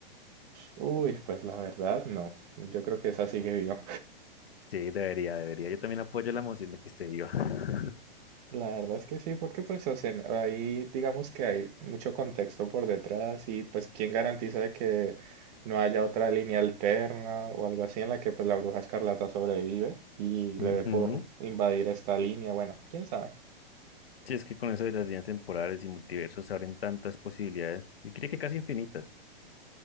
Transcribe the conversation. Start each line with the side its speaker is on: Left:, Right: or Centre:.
Right: Uy, pues la verdad no. Yo creo que esa sigue viva.
Left: Sí, debería, debería. Yo también apoyo la moción de que esté viva. <laughs>
Right: La verdad es que sí, porque pues o sea, ahí digamos que hay mucho contexto por detrás y pues quién garantiza de que no haya otra línea alterna o algo así en la que pues la bruja escarlata sobrevive y
Left: Ujú.
Right: le dé por invadir esta línea. Bueno, quién sabe.
Left: Sí, es que con eso de las líneas temporales y multiversos se abren tantas posibilidades. Yo diría que casi infinitas.